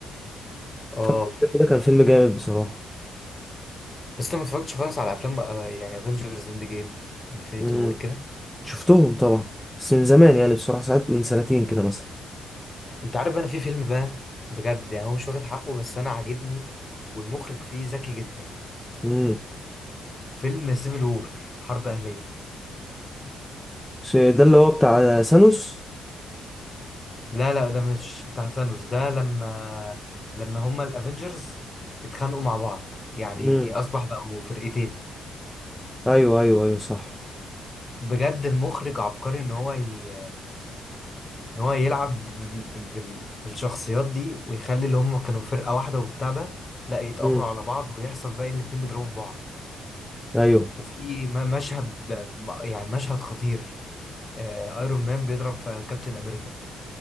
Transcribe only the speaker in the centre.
فاكر الفيلم ده كان فيلم جامد بصراحة
امم
شفتهم طبعا بس من زمان يعني بصراحة ساعات من سنتين كده مثلا
امم
ش- ده اللي هو بتاع ثانوس
امم
ايوه ايوه ايوه صح
امم
ايوه